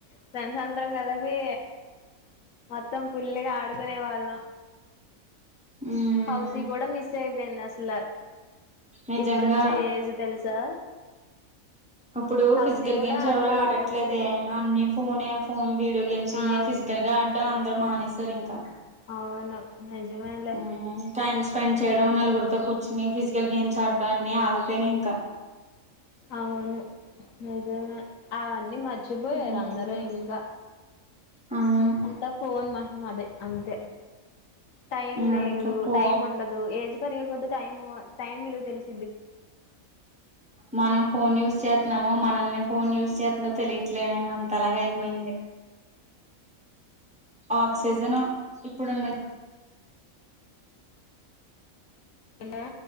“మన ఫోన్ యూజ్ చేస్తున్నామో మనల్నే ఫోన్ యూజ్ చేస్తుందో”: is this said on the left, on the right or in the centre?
Centre